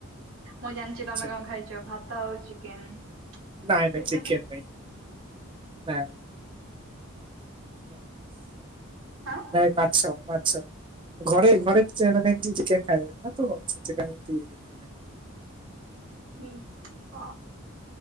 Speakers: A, on the right (about 75°); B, on the right (about 25°).
A: ମୁଁ ଜାଣିଛି ତମେ
B: ସେଇଆ
A: କଣ ଖାଇଛ ଭାତ ଆଉ ଚିକେନ। ସେଇଟା
B: ନାଇଁ ନାଇଁ ଚିକେନ
A: ନା।
B: ନାଇଁ ନାଇଁ
A: ହାଁ
B: ନାଇଁ ମାଛ ମା ଆଛା ଘରେ ଘରେ <unintelligible> ଚିକେନ। <unintelligible>
A: ହୁଁ ହଁ।